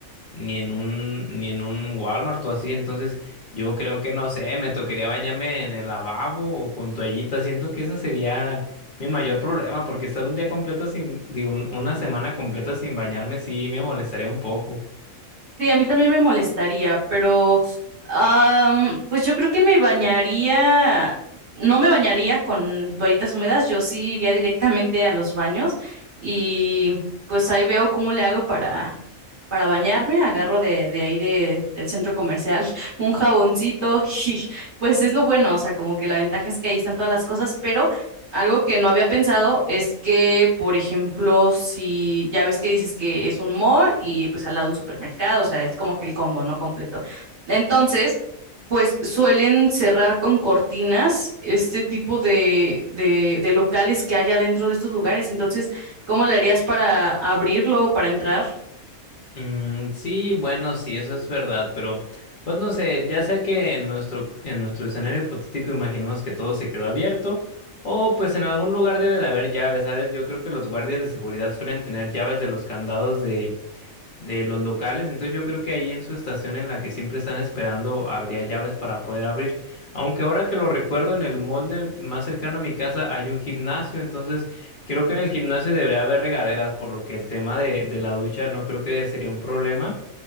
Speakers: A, on the left; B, on the right.
A: ni en un, ni en un Walmart o así, entonces yo creo que no sé, me tocaría bañarme en el lavabo o con toallita, siento que eso sería mi mayor problema, porque estar un día completo sin, digo, un- una semana completa sin bañarme sí me molestaría un poco.
B: Sí, a mí también me molestaría, pero am, pues yo creo que me bañaría, no me bañaría con toallitas húmedas, yo sí iría directamente a los baños y pues ahí veo cómo le hago para, para bañarme, agarro de, de ahí de, del centro comercial <laughs> un jaboncito y pues es lo bueno, o sea, como que la ventaja es que ahí están todas las cosas, pero... Algo que no había pensado es que, por ejemplo, si ya ves que dices que es un mall y pues al lado un supermercado, o sea, es como que el combo, ¿no? Completo. Entonces, pues suelen cerrar con cortinas este tipo de, de, de locales que haya dentro de estos lugares. Entonces, ¿cómo le harías para abrirlo, para entrar?
A: Mm, sí, bueno, sí, eso es verdad, pero pues no sé, ya sea que en nuestro, en nuestro escenario hipotético imaginemos que todo se quedó abierto, o pues en algún lugar debe de haber llaves, ¿sabes? Yo creo que los guardias de seguridad suelen tener llaves de los candados de, de los locales, entonces yo creo que ahí en su estación en la que siempre están esperando habría llaves para poder abrir. Aunque ahora que lo recuerdo, en el molde más cercano a mi casa hay un gimnasio, entonces creo que en el gimnasio debería haber regaderas, por lo que el tema de, de la ducha no creo que sería un problema.